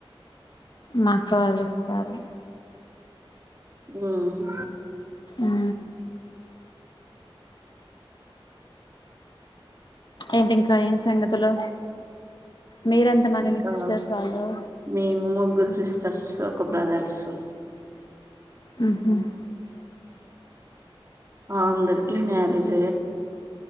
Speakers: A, on the left; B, on the right.
A: మా అక్క వాలొస్తారు
B: ఉమ్.
A: ఆ ఏంటి ఇంకా ఏం సంగతులు మీరెంతమంది
B: ఇంకా
A: మీ సిస్టర్స్ వాళ్ళు
B: మేము ముగ్గురు సిస్టర్సు ఒక బ్రదర్సు
A: హామ్ హ్
B: అందకి మ్యారేజ్